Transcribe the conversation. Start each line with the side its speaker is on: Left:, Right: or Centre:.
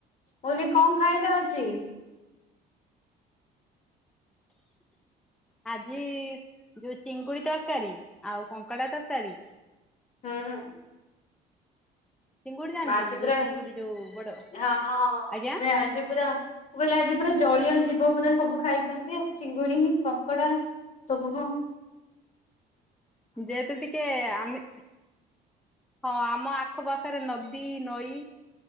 Left: କହିଲି କ ଖାଇ ଦଉଛି।
Centre: ଆଜି ଯୋଉ ଚିଙ୍ଗୁଡି ତରକାରୀ ଆଉ କଙ୍କଡା ତରକାରୀ।
Left: ଅଁ, ହଁ।
Centre: ଚିଙ୍ଗୁଡି ଜାଣିଛନ୍ତି
Left: ମାଝି
Centre: ଯୋଉ
Left: ପୁରା
Centre: ଚିଙ୍ଗୁଡି
Left: ହଁ,
Centre: ଯୋଉ ବଡ
Left: ହଁ, ହଁ
Centre: ଆଜ୍ଞା
Left: ମୁଁ ଆଜି ପୁରା ମୁଁ କହିଲେ ଆଜି ପୁରା ଜଳୀୟ ଜୀବ ପୁରା ସବୁ ଖାଇଛନ୍ତି ଆଉ। ଚିଙ୍ଗୁଡ଼ି ହିଁ କଙ୍କ କଡା ସବୁ ହଁ
Centre: ଯେହେତୁ ଟିକେ ଆମେ ହଁ ଆମ ଆଖପାଖରେ ନଦୀ ନଈ